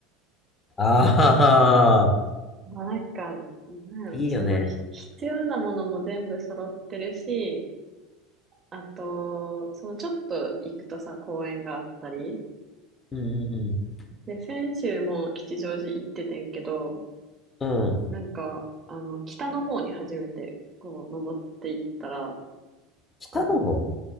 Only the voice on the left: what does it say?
ああ、
いいよね。
うんうん
うん。うん。
北の方